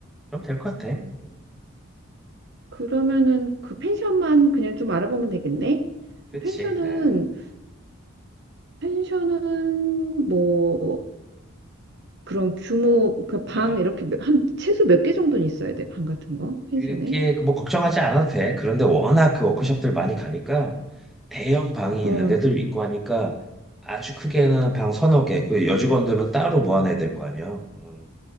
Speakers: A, in the centre; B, on the right.
A: 그럼 될 것 같아.
B: 어.
A: 음,
B: 그러면은 그 펜션만 그냥 좀 알아보면 되겠네.
A: 그치?
B: 펜션은
A: 예,
B: 펜션은 뭐 그런 규모 그 방
A: 예.
B: 이렇게 몇- 한 최소 몇 개 정도는 있어야 돼. 방 같은 거 펜션에.
A: 이게 뭐 걱정하지 않아도 돼. 그런데 워낙 그 워크숍들 많이 가니까 대형 방이
B: 어,
A: 있는 데도 있고 하니까 아주 크게는 방 서너 개, 그 여직원들은 따로 모아놔야 될 거 아니야. 음.